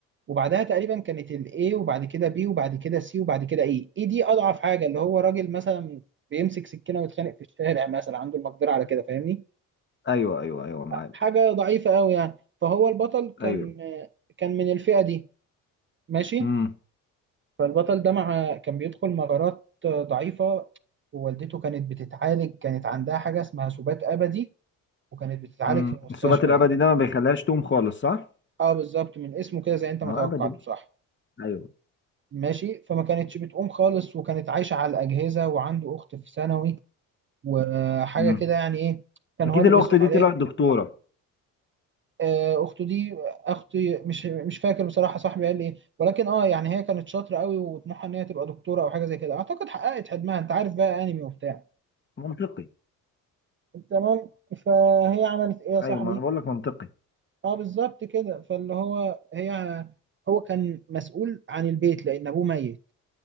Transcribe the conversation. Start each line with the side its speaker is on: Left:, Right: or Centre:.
Right: وبعدها تقريبا كانت الاي وبعد كده بي وبعد كده سي وبعد كده اي اي دي اضعف حاجه اللي هو راجل مثلا بيمسك سكينه ويتخانق في الشارع مثلا عنده المقدره على كده فاهمني
Left: ايوه ايوه ايوه معاك
Right: حاجه ضعيفه قوي يعني فهو البطل كان
Left: ايوه
Right: كان من الفئه دي ماشي
Left: امم
Right: فالبطل ده مع كان بيدخل مغارات ضعيفه ووالدته كانت بتتعالج كانت عندها حاجه اسمها سبات ابدي وكانت بتتعالج
Left: امم
Right: في المستشفى
Left: الثبات الابدي ده ما بيخليهاش تقوم خالص صح؟
Right: اه بالظبط من اسمه كده زي انت
Left: ما
Right: ما
Left: هو
Right: توقعته
Left: ابدي
Right: صح
Left: ايوه
Right: ماشي فما كانتش بتقوم خالص وكانت عايشة على الأجهزة وعنده أخت في ثانوي وحاجة
Left: مم.
Right: كده يعني إيه كان
Left: اكيد
Right: هو اللي
Left: الاخت
Right: بيصرف
Left: دي
Right: عليه
Left: طلعت <laughs> دكتوره
Right: آه، أخته دي أختي مش مش فاكر بصراحة صاحبي قال لي إيه ولكن أه يعني هي كانت شاطرة قوي وطموحها إن هي تبقى دكتورة أو حاجة زي كده أعتقد حققت حلمها أنت عارف بقى أنمي وبتاع
Left: منطقي
Right: تمام فهي عملت إيه يا صاحبي؟
Left: ايوه ما انا بقول لك منطقي
Right: أه بالظبط كده فاللي هو هي هو كان مسؤول عن البيت لأن أبوه ميت